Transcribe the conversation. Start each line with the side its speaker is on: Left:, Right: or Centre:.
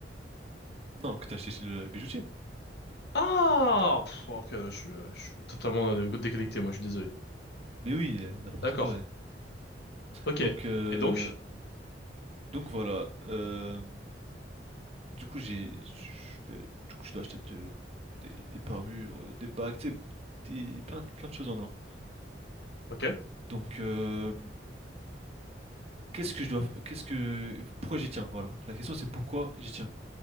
Right: Non, que t'as acheté chez le bijoutier.
Left: Ah! Pff, ok, je, je suis totalement euh, déconnecté, moi, je suis désolé.
Right: Mais oui, euh, n'importe
Left: D'accord.
Right: quoi. ouais.
Left: Ok.
Right: Donc, euh,
Left: Et donc?
Right: Donc voilà, euh, du coup j'ai, je vais, du coup, je dois acheter de- des, des parures, euh, des bagues, tu sais, des, plein, plein de choses en or.
Left: Ok.
Right: Donc euh, qu'est-ce que je dois, f- qu'est-ce que, pourquoi j'y tiens? Voilà, la question c'est pourquoi j'y tiens.